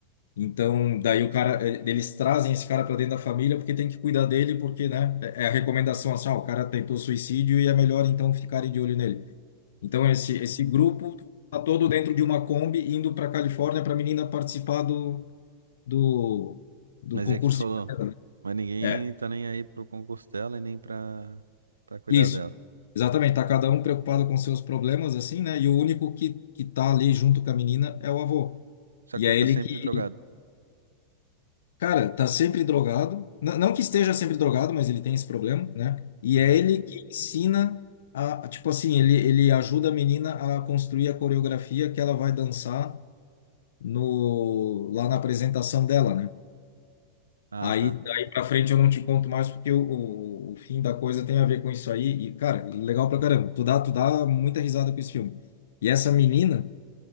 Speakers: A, on the left; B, on the right.
A: Então, daí o cara, eh, eles trazem esse cara pra dentro da família porque tem que cuidar dele porque, né? É é a recomendação assim, ó, o cara tentou suicídio e é melhor então ficarem de olho nele. Então esse esse grupo tá todo dentro de uma Kombi indo pra Califórnia pra menina participar do do, do
B: Mas
A: concurso
B: é que tu falou,
A: de beleza, né?
B: mas ninguém
A: É.
B: tá nem aí pro concurso dela e nem pra, pra cuidar
A: Isso,
B: dela.
A: exatamente. Tá cada um preocupado com seus problemas, assim, né? E o único que, que tá ali junto com a menina é o avô.
B: Só
A: E
B: que
A: é
B: ele tá
A: ele
B: sempre
A: que,
B: drogado.
A: cara, tá sempre drogado. N não que esteja sempre drogado, mas ele tem esse problema, né? E
B: Aham.
A: é ele que ensina a, tipo assim, ele, ele ajuda a menina a construir a coreografia que ela vai dançar no, lá na apresentação dela, né?
B: Ah,
A: Aí,
B: tá.
A: daí pra frente eu não te conto mais porque o, o, o fim da coisa tem a ver com isso aí. E, cara, legal pra caramba. Tu dá, tu dá muita risada com esse filme. E essa menina,